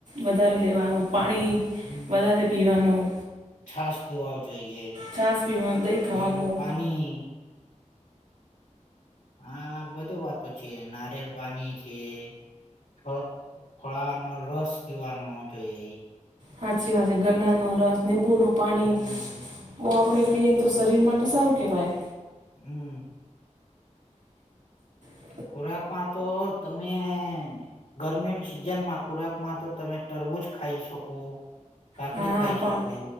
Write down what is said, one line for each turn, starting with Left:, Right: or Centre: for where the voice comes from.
Right: વધારે લેવાનું પાણી..
Left: હમ
Right: વધારે પીવાનું.
Left: છાસ પીવાવ જોઈએ
Right: છાસ પીવાનું દહીં ખાવાનું
Left: લીંબુ પાણી, હા બધી વાતો છે નારિયેળ પાણી છે. હ ફળાનો રસ પીવાનો જોઈએ.
Right: હાચી વાચ ગન્ના નો રસ નિમ્બુનું પાણી.
Left: હમ
Right: ઓ આપણે પીએને તો શરીર માટે સારું કહેવાય.
Left: હમ
Right: અહ
Left: ખોરાક માં તો તમે... ગરમી સિઝનમાં ખોરાક માં તો તમે તરબુજ ખાઈ શકો.. કાકડી
Right: હા
Left: ખાઈ
Right: પા
Left: શકો,